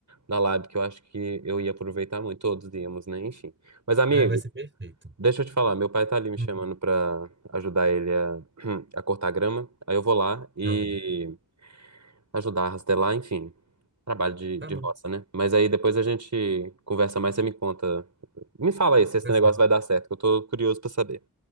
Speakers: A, on the right; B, on the right.
A: da Lab, que eu acho que eu ia aproveitar muito, todos íamos, né? Enfim. Mas, amigo,
B: Ah, vai ser perfeito.
A: deixa eu te falar, meu pai tá ali me chamando
B: Hum,
A: pra ajudar ele a, <clears throat> a cortar grama, aí eu vou lá e
B: tá bom.
A: ajudar a rastelar, enfim, trabalho de, de
B: Tá bom.
A: roça, né? Mas aí depois a gente conversa mais, você me conta, me fala aí se esse
B: Tá
A: negócio
B: certo.
A: vai dar certo, que eu tô curioso pra saber.